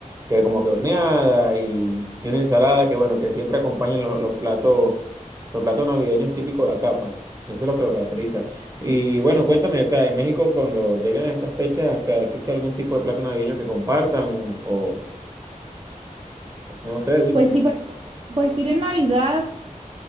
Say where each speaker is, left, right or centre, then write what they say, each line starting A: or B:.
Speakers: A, on the right; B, on the right.
A: que como que horneada y, y una ensalada que, bueno, que siempre acompañan los, los platos, los platos navideños típicos de acá, pues. Eso es lo que lo caracteriza. Y bueno, cuéntame, o sea, en México cuando llegan a estas fechas, o sea, ¿existe algún tipo de plato navideño que compartan o... o- no sé, dime.
B: Pues sí, pero- pues ir en Navidad.